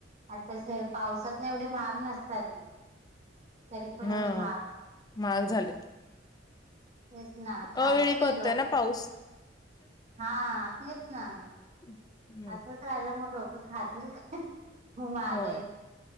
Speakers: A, on the right; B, on the left.
A: आता पावसात ना एवढे महाग नसतात तरी पण एवढे
B: हा
A: महाग
B: महाग झाले.
A: तेच ना खायचं
B: अवेळी
A: नाही
B: पडतोय
A: लोक
B: ना पाऊस
A: हा तेच ना.
B: हम्म
A: असंच राहिलं मग लोकं खातीलू माग
B: होय
A: आहे.